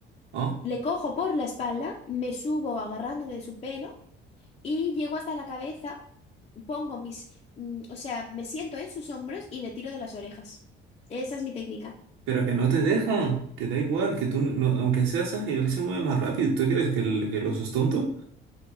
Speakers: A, on the right; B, on the left.
A: ¿Oh?
B: le cojo por la espalda, me subo agarrándome de su pelo y llego hasta la cabeza, pongo mis, mm, o sea, me siento en sus hombros y le tiro de las orejas. Esa es mi técnica.
A: Pero que no te deja. Que da igual. Que tú, no- no- aunque seas ágil, él se mueve más rápido. ¿Tú crees que el, que el oso es tonto?